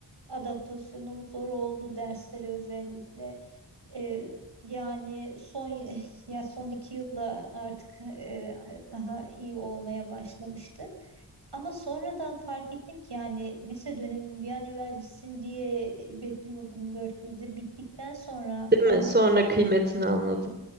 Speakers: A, on the right (about 65°); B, on the right (about 25°).
A: Adaptasyonum zor oldu derslere özellikle. Eee, yani son <laughs> ya son iki yılda artık eee, daha iyi olmaya başlamıştı. Ama sonradan fark ettim ki yani lise dönemi bir an evvel bitsin diye bekliyordum dört gözle. Bittikten sonra
B: Değil
A: anladım
B: mi? Sonra
A: ki
B: kıymetini anladım.